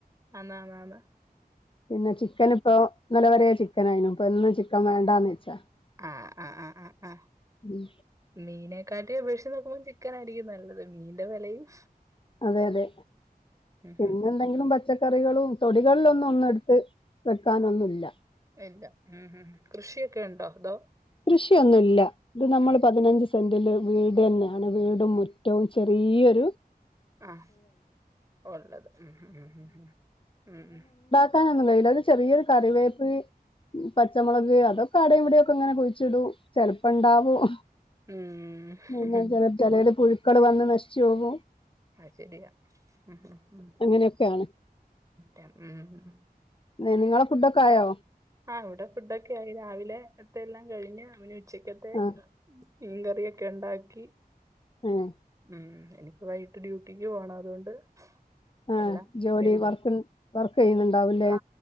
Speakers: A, on the right (about 20°); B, on the left (about 35°).
A: ആന്ന് ആന്ന് ആന്ന്
B: പിന്നെ ചിക്കൻ ഇപ്പൊ ഇന്നലെ വരെ ചിക്കൻ ആയിനു ഇപ്പൊ ഇന്ന് ചിക്കൻ വേണ്ടാന്ന് വെച്ചാ
A: ആഹ് ആഹ് ആഹ് ആഹ് ആഹ്
B: മ്മ്
A: മീനെക്കാട്ടി അപേക്ഷിച്ച് നോക്കുമ്പോ ചിക്കനായിരിക്കും നല്ലത് മീന്റെ വിലയും
B: അതെ അതെ പിന്നെ
A: ഹും.
B: എന്തെങ്കിലും പ പച്ചക്കറികളും തൊടികളിലൊന്നും ഒന്നും എടുത്ത് വെക്കാനൊന്നുല്ല.
A: ഇല്ല മ്മ് മ്മ് കൃഷിയൊക്കെ ഉണ്ടോ അതോ?
B: കൃഷിയൊന്നുല്ല ഇത് നമ്മള്
A: ഉം.
B: പതിനഞ്ച് സെന്റില് വീട് തന്നെയാണ് വീടും മുറ്റവും ചെ ഈയൊരു
A: ആഹ് ഉള്ളത് മ്മ് മ്മ് മ്മ് മ്മ് മ്മ്.
B: വക്കാനൊന്നും കഴിയില്ല അത് ഒരു ചെറിയൊരു കറിവേപ്പ് പച്ചമുളക് അതൊ ആടയും ഇവിടെ ഒക്കെ ഇങ്ങനെ കുഴിച്ചിടൂ ചെലപ്പം ഇണ്ടാവും
A: ഉം. ഉം.
B: പിന്നെ ചെല ചെലയിൽ പുഴുക്കൾ വന്ന് നശിച്ചു പോകും
A: ആഹ് ശരിയാ ഉം ഉം
B: അങ്ങനെയൊക്കെയാണ്
A: ഉം
B: ഏഹ് നിങ്ങളെ ഫുഡ്ഡൊക്കെ ആയോ?
A: ആഹ് ഇവിടെ ഫുഡൊക്കെ ആയി രാവിലെത്തെ എല്ലാം കഴിഞ്ഞ് ഇനി ഉച്ചക്കത്തെ
B: ആ
A: മീൻകറിയൊക്കെ ഉണ്ടാക്കി
B: ഏഹ്
A: മ്മ് എനിക്ക് വൈകീട്ട് ഡ്യൂട്ടിക്ക് പോണം അതുകൊണ്ട്
B: ആ
A: എല്ലാം
B: ജോലി
A: റെഡിയായി
B: വർക്ക് വർക്ക് ചെയ്യുന്നുണ്ടാവല്ലേ
A: ആ